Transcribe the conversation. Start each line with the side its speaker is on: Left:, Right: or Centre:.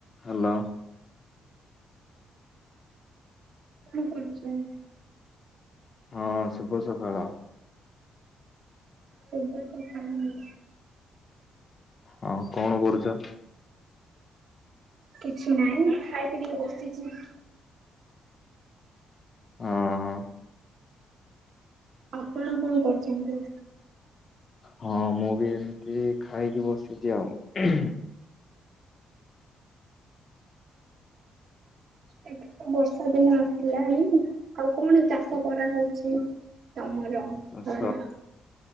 Left: ହାଲୋ।
Right: କଣ କରୁଛ?
Left: ହଁ ଶୁଭ ସକାଳ।
Right: ସେଇଥିପାଇଁ କଥା ହଉନି।
Left: ହଁ କଣ କରୁଛ?
Right: କିଛି ନାହିଁ ଖାଇ ପି ଟିକେ ବସିଛି। <inaudible>
Left: ହଁ।
Right: ଆପଣ କଣ କରୁଛନ୍ତି?
Left: ହଁ ମୁଁ ବି ଏମିତି ଖାଇକି ବସିଛି ଆଉ।
Right: ଏବେ ତ ବର୍ଷା ଦିନ ଆସିଲାଣି। ଆଉ କଣ ଚାଷ କରା ହଉଛି ତମର
Left: ଚାଷ
Right: ଘରେ?